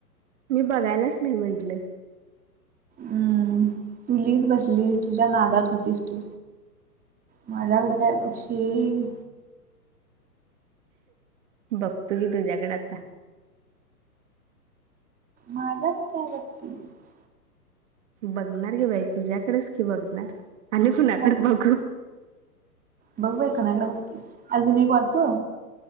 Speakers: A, on the right (about 50°); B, on the right (about 20°).
A: मी बघायलाच नाही म्हंटलं.
B: हम्म तु लिहीच बसलीस तुझ्या नादात होतीस तू. माझ्याकडे काय बक्षील.
A: बघतो की तुझ्याकडे आता.
B: माझा ना काय बगतीस
A: बघणार गी बाई तुझ्याकडेच की बघणार आणि कुणाकडे
B: माझ्या
A: बघू
B: बघ बाई ऐकनाड बघतीस अजून एक वाचू.